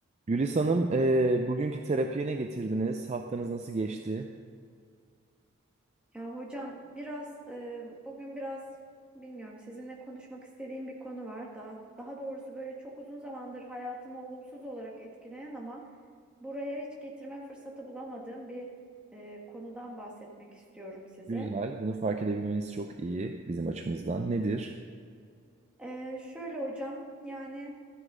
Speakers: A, on the right; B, in the centre.
A: Gülis Hanım, e, bugünkü terapiye ne getirdiniz? Haftanız nasıl geçti?
B: Ya hocam biraz e, bugün biraz bilmiyorum sizinle konuşmak istediğim bir konu var. Daha daha doğrusu böyle çok uzun zamandır hayatımı olumsuz olarak etkileyen ama buraya hiç getirme fırsatı bulamadığım bir e, konudan bahsetmek istiyorum size.
A: Güzel, bunu fark edebilmeniz çok iyi bizim açımızdan. Nedir?
B: E, şöyle hocam yani.